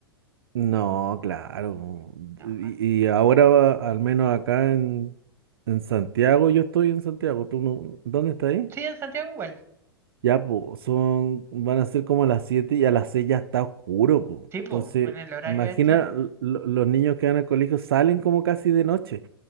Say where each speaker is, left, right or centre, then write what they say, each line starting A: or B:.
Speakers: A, on the right; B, on the right.
A: No, claro.
B: No.
A: Y, y ahora, al menos acá en, en Santiago, yo estoy en Santiago. ¿Tú no? ¿Dónde estás ahí?
B: Sí, en Santiago igual.
A: Ya, pues, son, van a ser como las 7 y a las 6 ya está oscuro, pues.
B: Tipo,
A: Entonces,
B: en el horario
A: imagina
B: este.
A: l- lo- los niños que van al colegio salen como casi de noche.